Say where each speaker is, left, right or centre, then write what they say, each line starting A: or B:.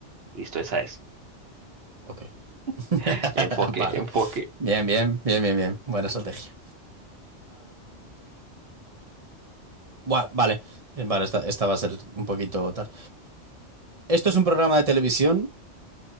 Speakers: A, on the right; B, on the right.
A: Listo, esa es.
B: Ok. <laughs>
A: <laughs> Enfoque,
B: Vale.
A: enfoque.
B: Bien, bien, bien, bien, bien. Buena estrategia. Buah, vale, Eh, vale, esta, esta va a ser un poquito tal. Esto es un programa de televisión